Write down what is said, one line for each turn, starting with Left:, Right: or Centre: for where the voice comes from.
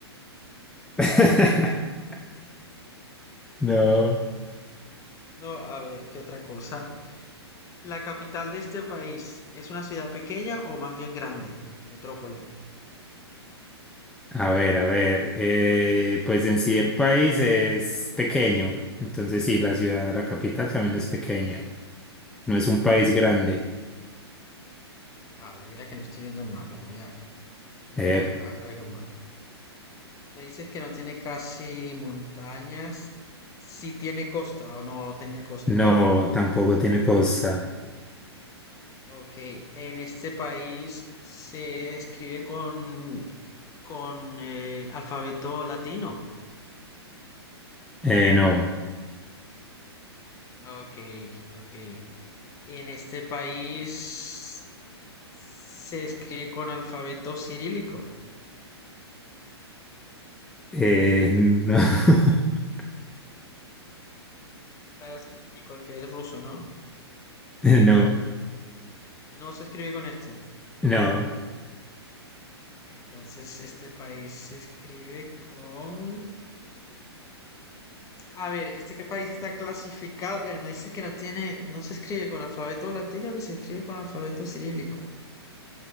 Centre: <laughs> No.
Left: No, a ver, ¿qué otra cosa? ¿La capital de este país es una ciudad pequeña o más bien grande? Metrópoli.
Centre: A ver, a ver, eh, pues en sí el país es pequeño, entonces sí, la ciudad, la capital también es pequeña, no es un país grande,
Left: Vale, mira que no estoy viendo el mapa, voy a, voy
Centre: Eh,
Left: a, a ver algo en mapa. Me dices que no tiene casi montañas, si tiene costa o no tenía costa.
Centre: no, tampoco tiene costa,
Left: Ok, en este país se escribe con, con eh, alfabeto latino.
Centre: Eh, no,
Left: Ok, ok. En este país se escribe con alfabeto cirílico.
Centre: Eh, no, <laughs>
Left: ¿Sabes el cirílico, el que es ruso, no?
Centre: no,
Left: No se escribe con este.
Centre: no,
Left: Entonces, este país se escribe con... A ver, ¿este qué país está clasificado? Bueno, me dice que no tiene, no se escribe con alfabeto latino ni se escribe con alfabeto cirílico.